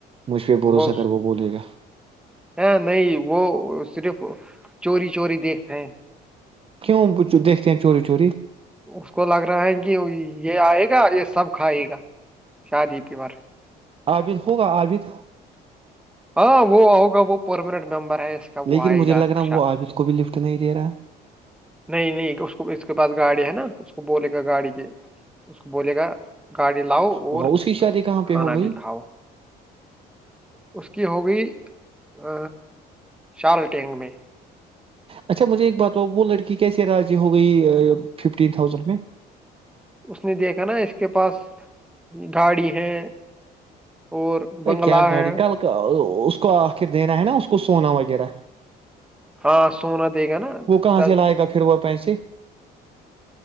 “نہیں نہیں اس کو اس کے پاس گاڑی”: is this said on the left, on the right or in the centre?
Centre